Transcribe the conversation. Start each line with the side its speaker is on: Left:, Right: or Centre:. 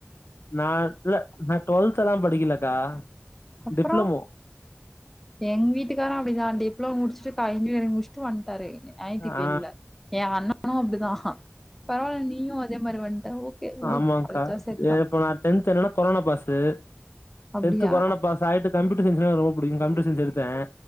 Left: நா இல்ல ந ட்வல்த்தல்லா படிக்கலக்கா
Centre: அப்றோ
Left: டிப்ளமோ
Centre: எங்க வீட்டுக்காரரு அப்டிதா டிப்ளமோ முடுச்ட்டு இன்ஜினியரிங் முடிச்ட்டு வந் டாரு ஐ டி பீல்ட்ல.
Left: ஆ
Centre: ஏ அண்ணா ணனு அப்டிதா பரவால்ல நீயும் அதே மாரி வந்ட்ட ஓகே உடு
Left: ஆமாங்க்க
Centre: படிச்சா சரிதான்.
Left: ஏ இப்ப நா டென்த் என்னன்னா கொரோனா பாஸ் ஸு
Centre: அப்டியா?
Left: டென்த் கொரோனா பாஸ் ஆயிட்டு கம்ப்யூட் கம்ப்யூட்டர் சயின்ஸ்னா ரொம்ப புடிக்கு கம்ப்யூட்டர் சயின்ஸ் எடுத்தே